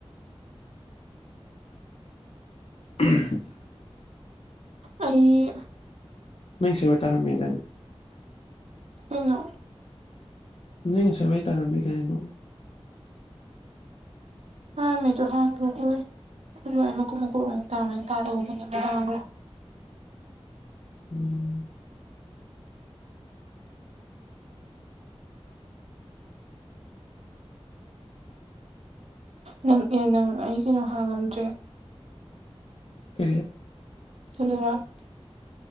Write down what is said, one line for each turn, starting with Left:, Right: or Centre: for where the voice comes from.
Left: <inaudible>
Right: ꯑꯩ
Left: ꯅꯣꯏ ꯆꯦ ꯍꯣꯏ ꯇꯥꯔꯝꯃꯦꯗꯥꯏꯅꯦ
Right: ꯀꯩꯅꯣ
Left: ꯅꯣꯏ ꯉꯁꯥꯏ ꯋꯥꯏ ꯇꯥꯔꯝꯃꯦ ꯗꯥꯏꯅꯦ ꯅꯣꯡ
Right: ꯇꯥꯔꯝꯃꯦ ꯑꯗꫭ ꯍꯥꯡꯈ꯭ꯔꯦ ꯑꯈꫭꯏ ꯑꯗꯨꯋꯥꯏ ꯃꯀꯨꯞ ꯃꯀꯨꯞ ꯑꯃꯨꯛ ꯇꯥꯔꯝꯕꯅꯦ ꯇꯥꯗꯒꯨꯝꯕꯅꯦ ꯑꯃꯨꯛ ꯍꯥꯡꯒ꯭ꯔꯦ
Left: ꯎꯝ꯫
Right: ꯅꯪ ꯑꯦ ꯅꯪ ꯑꯩ ꯀꯩꯅꯣ ꯍꯥꯡꯉꯝꯗ꯭ꯔꯦ
Left: ꯀꯔꯤ
Right: <unintelligible>